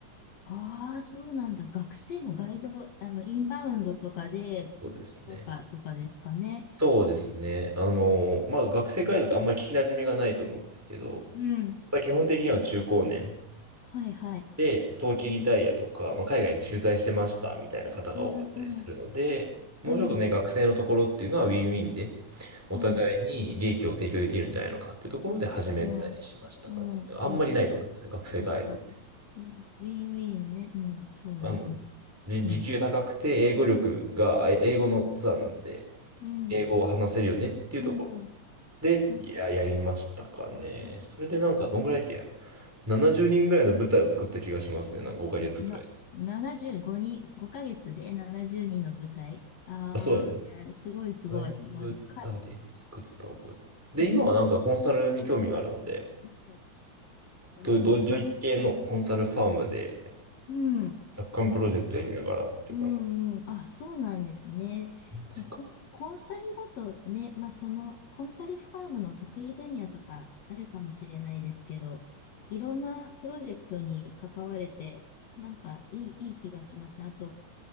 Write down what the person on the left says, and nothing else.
ああ、そうなんだ。学生のガイド、あの、インバウンドとかで、
とか、とかですかね。
うん。
はいはい。
うん、うん、
うん、
うん、うん、うん、
いい、いい。
うん、うん、ウィンウィンね。うん、そうですね。
うん、
うん、
うん、うん、うん、
うん、
う
んな、75人、5ヶ月で70人の舞台。ああ、
すごいすごい。
まあか、
うん、
うん
なるほどね。
うん。
なるほど。うんうん。あ、そうなんですね。
まあ、コン、コンサルだとね、まあ、その、コンサルファームの得意分野とかあるかもしれないですけど、いろんなプロジェクトに関われて、なんかいい、いい気がしますね。あと、